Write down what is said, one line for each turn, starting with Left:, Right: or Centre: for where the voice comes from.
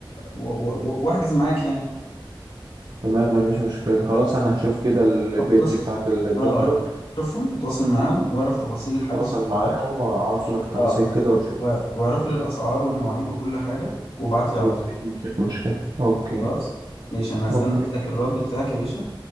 Left: و- و- واحجز معاك يعني
Right: تمام مفيش مشكلة خلاص أنا هشوف كده البيج
Left: طب بص
Right: بتاعت الدكتور
Left: اه يعني شوفهم اتواصل معاهم واعرف تفاصيل الحجز
Right: أتواصل
Left: كلها
Right: معاهم وأعرف لك تفاصيل
Left: اه
Right: كده وأشوف
Left: و- واعرف لي الاسعار والمواعيد وكل حاجه وابعت لي على
Right: أوكي
Left: طول
Right: مفيش مشكلة أوكي
Left: خلاص ماشي انا هستنى
Right: أوكي
Left: منك الرد بتاعك يا باشا